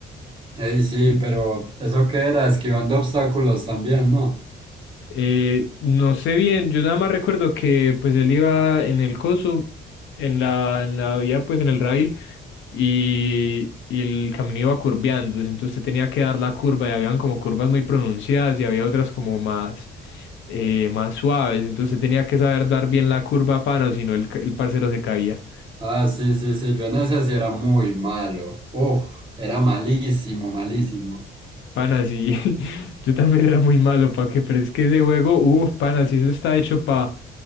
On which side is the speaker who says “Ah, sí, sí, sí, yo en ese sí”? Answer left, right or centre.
Right